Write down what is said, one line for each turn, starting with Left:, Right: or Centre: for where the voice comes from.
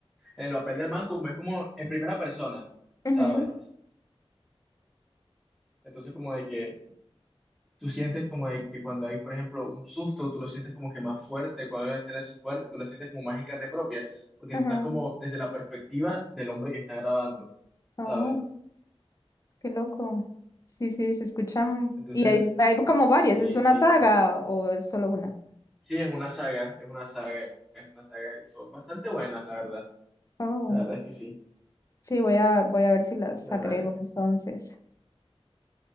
Centre: en el papel del man como es como en primera persona,
Left: ujú,
Centre: ¿sabes? Entonces como de que tú sientes como de que cuando hay, por ejemplo, un susto, tú lo sientes como que más fuerte, cuando hay una escena así fuerte, tú la sientes como más en carne propia, porque
Left: ujú.
Centre: tú estás como desde la perspectiva del hombre que está grabando, ¿sabes?
Left: Oh, qué loco. Sí, sí, se escuchan.
Centre: Entonces,
Left: Y hay, hay como
Centre: sí,
Left: varias, ¿es una
Centre: sí,
Left: saga
Centre: te-
Left: o es solo una?
Centre: sí, es una saga, es una saga, es una saga y son bastante buenas, la verdad.
Left: Oh,
Centre: La verdad es que sí,
Left: sí, voy a, voy a ver si las
Centre: la
Left: agrego
Centre: verdad es que
Left: entonces.
Centre: sí.